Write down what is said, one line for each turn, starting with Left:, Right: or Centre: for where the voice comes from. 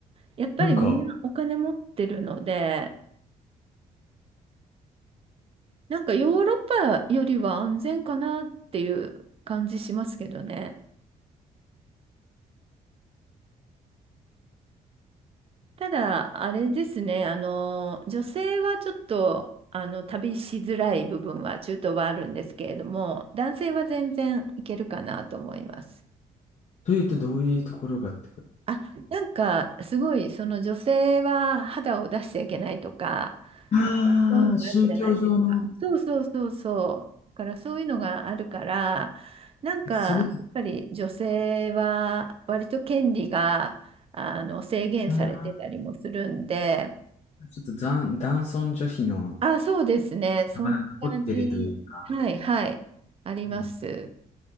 Right: やっぱりみんなお金持ってるので、
Left: なんか、
Right: なんかヨーロッパよりは安全かなっていう感じしますけどね。ただ、あれですね、あの、女性はちょっと、あの、旅しづらい部分は、中東はあるんですけれども、男性は全然いけるかなと思います。
Left: というとどういうところがってこと
Right: あ、なんか、すごい、その女性は肌を出しちゃいけないとか、
Left: ああー、
Right: そういうのがあるじゃないですか。
Left: 宗教上の、
Right: そうそうそうそう。だからそういうのがあるから、なんか、
Left: それって、
Right: やっぱり女性は割と権利が、あの、制限されてたりもするんで、
Left: ああ、ちょっと残、男尊女卑の、
Right: あ、そうですね。そんな感じ。
Left: まだ残ってるというか、
Right: はい、はい。あります。
Left: うん